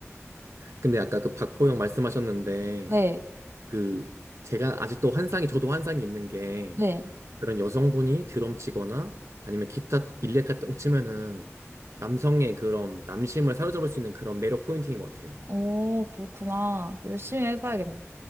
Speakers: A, on the right; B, on the right.
A: 근데 아까 그 박보영 말씀하셨는데
B: 네,
A: 그 제가 아직도 환상이 저도 환상이 있는 게
B: 네.
A: 그런 여성분이 드럼 치거나 아니면 기타 일렉 같은 거 치면은 남성의 그런 남심을 사로잡을 수 있는 그런 매력 포인트인 것 같아요.
B: 오, 그렇구나. 열심히 해봐야겠네.